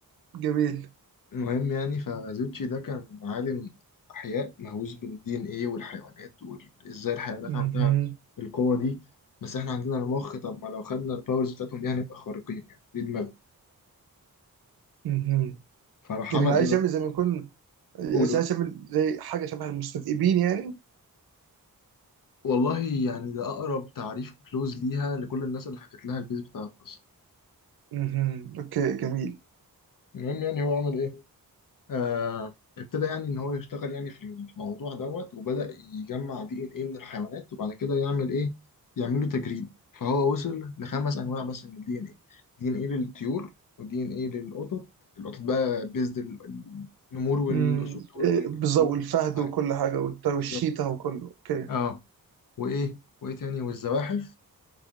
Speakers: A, on the right (about 85°); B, on the left (about 60°).
A: جميل
B: المهم يعني فزوتشي ده كان عالم أحياء مهووس بالدي إن إيه والحيوانات وإزاي الحيوانات
A: مهم.
B: عندها القوة دي بس إحنا عندنا المخ طب ما لو خدنا الباورز بتاعتهم دي هنبقى خارقين يعني دي دماغه
A: مهم.
B: فراح
A: جميل
B: عمل
A: عايز
B: إيه بقى؟
A: يعمل زي ما يكون عايز
B: قول قول
A: يعمل زي حاجه شبه المستذئبين يعني
B: والله يعني ده أقرب تعريف كلوز ليها لكل الناس اللي حكت لها البيز بتاع القصة
A: مهم. اوكي جميل
B: المهم يعني هو عمل إيه؟ آه، ابتدى يعني ان هو يشتغل يعني في الموضوع دوت وبدأ يجمع دي ان ايه من الحيوانات وبعد كده يعمل ايه يعمل له تجريد فهو وصل لخمس انواع بس من الدي ان ايه دي ان ايه للطيور ودي ان ايه للقطط القطط بقى بيزد النمور والاسود
A: مم.
B: والهنود
A: إيه، بالظبط والفهد
B: وكل حاجه
A: وكل حاجه والت- والشيتا
B: بالظبط
A: وكله اوكي
B: اه وايه وايه تاني والزواحف